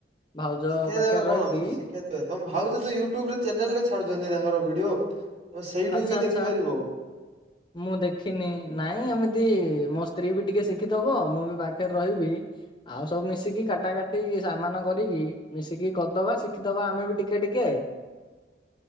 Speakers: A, on the left; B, on the right.
A: ଭାଉଜ
B: ଶିଖେଇ
A: ପାଖରେ
B: ଦେବେ।
A: ରହିକି
B: କଣ ଅଛି ଶିଖେଇ ଦେବେ। ତମେ ଭାବଛ ତ ୟୁଟ୍ୟୁବ ରେ ଚ୍ୟାନେଲରେ ଛାଡୁଛନ୍ତି ତାଙ୍କର ଭିଡିଓ। ତମେ ସେଇଠୁ
A: ଆଚ୍ଛା
B: ବି ଦେଖିପାରିବ
A: ଆଛା। ମୁଁ ଦେଖିନି ନାଇଁ ଏମିତି ମୋ ସ୍ତ୍ରୀ ବି ଟିକେ ଶିଖିଦବ। ମୁଁ ବି ପାଖରେ ରହିବି। ଆଉ ସବୁ ମିଶିକି କାଟା କାଟି ସାମାନ କରିକି ମିଶିକି କରିଦବା। ଶିଖିଦବା ଆମେ ବି ଟିକେ ଟିକେ।